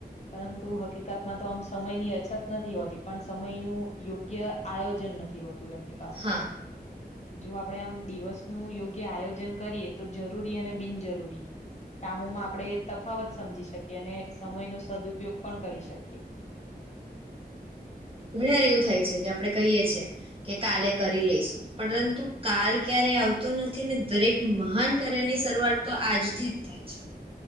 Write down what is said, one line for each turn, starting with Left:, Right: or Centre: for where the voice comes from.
Left: પરંતુ હકીકતમાં તો આમ સમયની અછત નથી હોતી પણ સમયનું યોગ્ય આયોજન નથી હોતું એમને
Right: હા
Left: જો આપણેે આમ દિવસ નું યોગ્ય આયોજન કરીએ તો જરૂરી અને બિનજરૂરી કામોમાં આપણે તફાવત સમજી શકીએ અને સમયનો સદપયોગ પણ કરી શકીએ
Right: ઘર એવું થાય છે કે આપડે કહીએ છીએ કે, કાલે કરી લઈશું. પરંતુ કાલ ક્યારે આવતો નથી ને. દરેક મહાન કાર્યની શરૂઆત તો આજથી થાય છે.